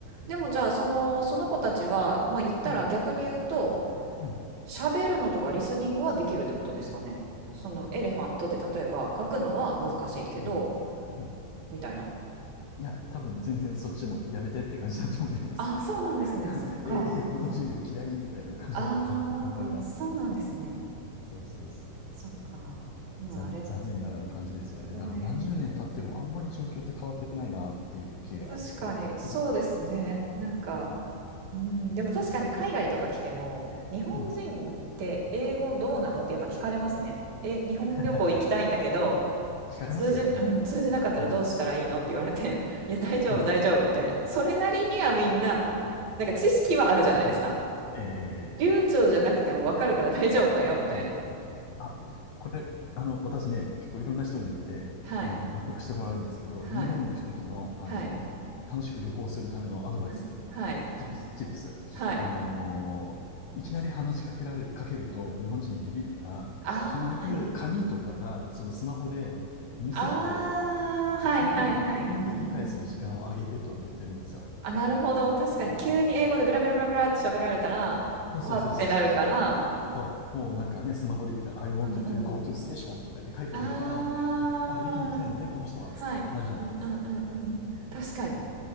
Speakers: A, on the right; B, on the left.
A: でもじゃあその、その子たちは、まあ言ったら逆に言うと、
B: うん。うん。
A: 喋るのとかリスニングはできるってことですかね。そのエレファントって例えば書くのは難しいけど、
B: うん。うん
A: みたいな。
B: いや、多分全然そっちもやめてって感じだと思います。
A: ああ、そうなんですね。
B: <laughs>
A: そっか。
B: え英語の授業嫌いみたいな感じだと
A: ああ、
B: <laughs> 思います。
A: そうなんですね。
B: そうそうそう。
A: そっか。まああれですね。
B: 残、残念な感じですよね。
A: ね。
B: だから何十年経ってもあんまり状況って変わってないなっていう気がしているんですね。
A: 確かに、そうですね。なんか、
B: うん。
A: うん、でも確かに海外とか来ても日本人って英語どうなのってやっぱ聞かれますね。
B: うん
A: え、日本旅行行きたいんだけど
B: <laughs> 惹かれますよね。
A: 通じ、うん、通じなかったらどうしたらいいのって言われて「いや大丈夫大丈夫」みたいなそれなりにはみんな
B: うん。<laughs>
A: なんか知識はあるじゃないですか。
B: え、ええ、ええ。
A: 流暢じゃなくてもわかるから <laughs> 大丈夫だよみたいな。
B: うんあ、これ、あの、私ね、結構いろんな人に言って、
A: はい
B: あの、納得してもらうんですけど、
A: はい
B: 日本に行くときの、あの、
A: はい
B: 楽しく旅行するためのアドバイス、
A: はいはい
B: チップス、チップス。
A: はい。
B: あのーいきなり話しかけられる、かけると日本人ビビるから、
A: ああはいはい。
B: 必ず紙とか、そのスマホで見せて、
A: ああはいはいはい。
B: そう、相手に読んで理解する時間をあげてと言ってるんですよ。
A: うんうんあ、なるほど。確かに急に英語でベラベラベラベラって喋られたら、
B: あそうそうそうそうそうそう。
A: わってなるから、
B: そう、もうなんかね、スマホでいいから、I want
A: うんうん。
B: to go to station とかって書いておけば、
A: ああ、
B: <laughs> あ、駅に行きたいのね、この人は、つってこうなるじゃないですか。
A: はい。うんうんうんうん。確かに。